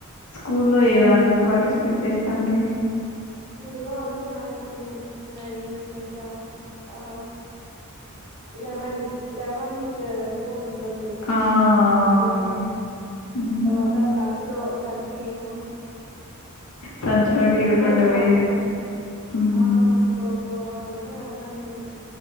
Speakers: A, on the left; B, on the right.
A: స్కూల్లో ఏ దాంట్లో పార్టిసిపేట్ చేస్తాండ్రీ
B: స్కూలో అన్ని అటన్టీవే రనింగ్ రేస్ంటా ఆ లమన్ లమన్ విత్ స్పూన్ ఉంటంది చూడు
A: ఆ!
B: ఆ గేమ్
A: అవును. హ్మ్.
B: తర్వాత సంచిలో స గేమ్
A: సంచిలో నుండి ఎగురుకుంట
B: కోకో
A: పోయేది.
B: అంటా
A: హ్మ్.
B: ఆ కోకో అన్నీ ఆడతాంటిమి